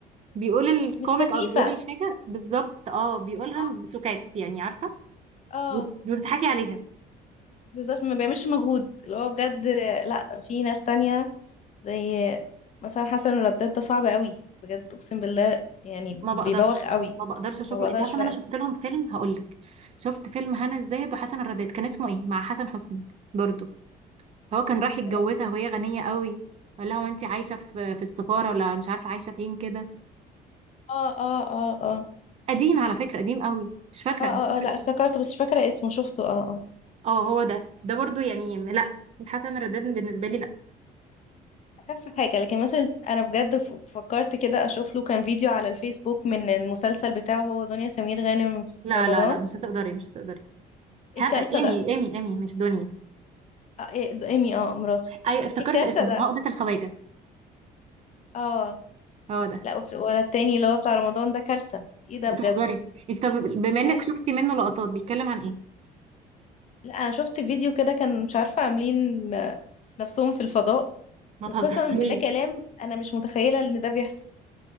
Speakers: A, on the right (about 40°); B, on the left (about 45°).
A: بيقول الكوميك
B: مش سخيفة
A: او بيقول الحاجه بالظبط اه بيقولها
B: اه
A: بسكات يعني عارفه
B: آه.
A: وت- وتضحكي عليها
B: بالظبط ما بيعملش مجهود اللي هو بجد لا في ناس تانية زي مثلا حسن الرداد ده صعب قوي بجد اقسم بالله يعني
A: ما
B: بيبوخ
A: بقدرش
B: قوي
A: ما بقدرش اشوف
B: ما بقدرش
A: انت عارفه ان
B: فعلا
A: انا شفت لهم فيلم هقول لك شفت فيلم هنا الزاهد وحسن الرداد كان اسمه ايه مع حسن حسني برضو هو كان راح يتجوزها
B: انا
A: وهي غنيه قوي ولا هو انت عايشه في في السفاره ولا مش عارفه عايشه فين كده
B: اه اه اه اه
A: قديم على فكرة قديم قوي مش فاكرة
B: اه
A: مش فاكرة
B: اه, آه لا
A: اسمه
B: افتكرته بس مش فاكرة اسمه شفته اه اه
A: اه هو ده ده برضو يعني لا حسن الرداد بالنسبة لي لا
B: اخف حاجه لكن مثلا انا بجد ف- فكرت كده اشوف له كان فيديو على الفيسبوك من المسلسل بتاعه هو دنيا سمير غانم في
A: لا
B: رمضان
A: لا لا مش هتقدري مش هتقدري هان
B: ايه الكارثه
A: ايمي
B: ده
A: ايمي ايمي مش دنيا
B: آه، إيه د- ايمي اه مراته
A: ايوه افتكرت
B: ايه الكارثه
A: اسمه
B: ده
A: آه، عقدة الخواجة
B: اه
A: هو ده
B: لا وبت- ولا التاني اللي هو بتاع رمضان ده كارثه ايه ده
A: بتهزري
B: بجد
A: انت طب بما انك
B: كارثه
A: شفتي منه لقطات بيتكلم عن ايه
B: لا انا شفت فيديو كده كان مش عارفه عاملين آه، نفسهم في الفضاء
A: ما
B: وقسما
A: تهزريش
B: بالله كلام انا مش متخيله ان ده بيحصل